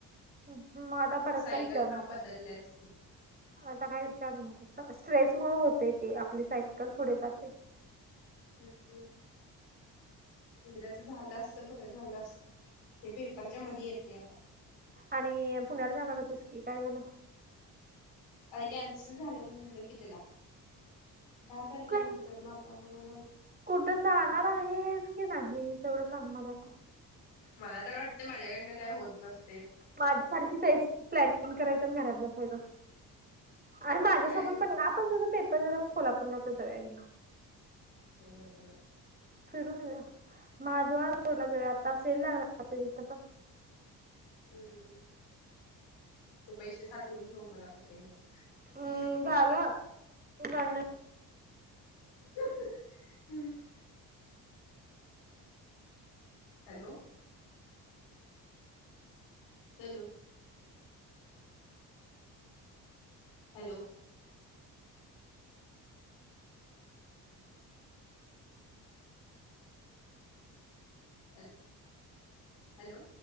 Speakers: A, on the right; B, on the left.
A: हम्म, म आता परत
B: सायकल
A: काय विचारू
B: पण
A: नकोस.
B: बदलल्याच की
A: आता काय विचार नकोस, स्ट्रेस मुळे होतंय ते आपली सायकल पुढे जाते.
B: तेच ग. एकदाचं झालं असतं बरं झालं असतं, हे पेपरच्या मध्ये येतंय आता.
A: आणि पुण्याला जाणार होतीस की, काय झालं?
B: आरे कॅन्सल झालं म्हटलं की तुला, दहा तारखेनंतर
A: काय
B: ना आता बघायला
A: कुठं जाणार आहेस की नाहीस? एवढं सांग मला. आता
B: मला तर वाट ते माझ्याकडनं काय होत नस
A: माझ्या सारखीच आहेस, प्लॅनिंग करायचं आणि घरात बसायचं. आणि
B: आता
A: माझ्यासोबत
B: काय
A: पण, आपण तुझं पेपर जरा कोल्हापूरला तच जाऊया घे
B: जाऊया जाऊया.
A: फिरून येऊया, महाद्वार रोडला जाऊया आता सेल लागलाय असं तिथं पण.
B: हम्म, तू पैसे साठवून ठेव मला कपडे घ्यायला.
A: हम्म झालं, गंड
B: <unintelligible> hello! Hello! Hello! Hello, hello!